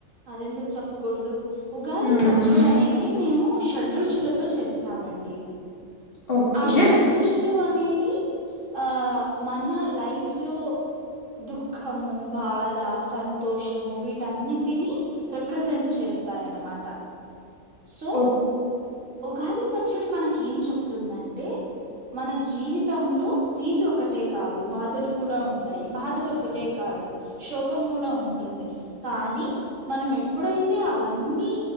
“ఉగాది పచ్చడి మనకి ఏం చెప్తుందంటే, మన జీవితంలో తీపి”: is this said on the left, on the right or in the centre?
Right